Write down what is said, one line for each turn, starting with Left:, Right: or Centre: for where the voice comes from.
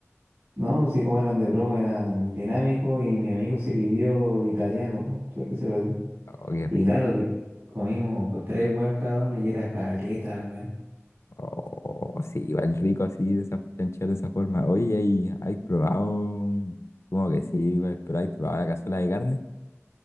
Right: No, pues sí, como eran de broma eran dinámicos y mi amigo se pidió italiano, pues, suerte que se lo di.
Left: Oh, qué
Right: Y
Left: rico.
Right: claro, vi- comimos pues, tres weas cada uno y era caleta, weón.
Left: Oh, sí, igual rico así, de esa, chanchar de esa forma. Oye, ¿hay, hay probado? Supongo que sí, igual, pero ¿hay probado la cazuela de carne?